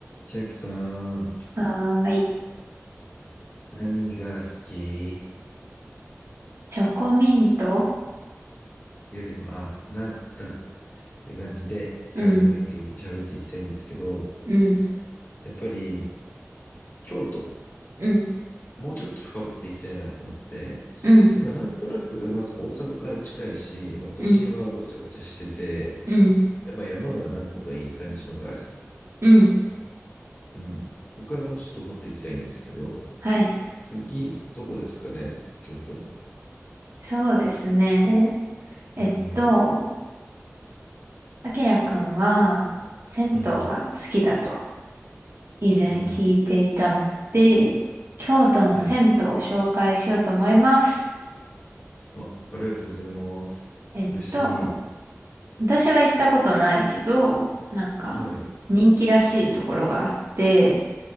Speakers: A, on the left; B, on the right.
A: 千秋さん、
B: はーい。
A: 何が好き
B: チョコミント
A: よりも、あ、な、だって感じで、
B: うん、
A: 今日も元気に喋っていきたいんですけど、
B: うん、
A: やっぱり、京都、
B: うん、
A: もうちょっと深掘っていきたいなと思って、
B: うん、
A: 今、なんとなく、まず大阪から近いし、まあ、都心はごちゃごちゃしてて、
B: うん、うん、
A: で、まあ、山が何個かいい感じのがあると。
B: うん。
A: うん。ここからもうちょっと掘っていきたいんですけど、
B: はい。
A: 次、どこですかね、京都の。
B: そうですね。えっと、
A: うん、
B: あきらくんは、銭湯が好きだと、
A: うん、
B: 以前聞いていたので、
A: うん。
B: 京都の銭湯を紹介しようと思います。
A: はい。あ、ありがとうございます。
B: えっと、
A: 嬉しい。
B: 私は行ったことないけど、なんか、
A: はい。
B: 人気らしいところがあって、